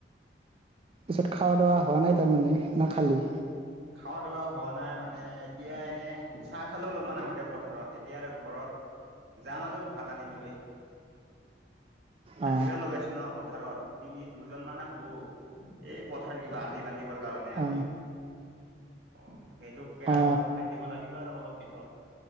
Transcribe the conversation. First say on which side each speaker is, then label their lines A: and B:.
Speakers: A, on the right; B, on the right.
A: পিছত খোৱা দোৱা হোৱা নাই তাৰমানে? না খালি
B: খোৱা দোৱা হোৱা নাই মানে এতিয়া এনে চাহ খালে অলপমান আগতে পথাৰত এতিয়া আৰু ঘৰত যাম আৰু ভাত আনিবলৈ। হাজিৰা
A: অ
B: লগাইছো ন পথাৰত। তিনি দুজনমানানে শু, এই পথাৰ কিবা আলি বান্ধিবৰ কাৰণে আলি।
A: অ
B: <unintelligible> সেইটোকে
A: অ
B: আৰু ভাত দিব লাগিব আৰু অলপ পিছত,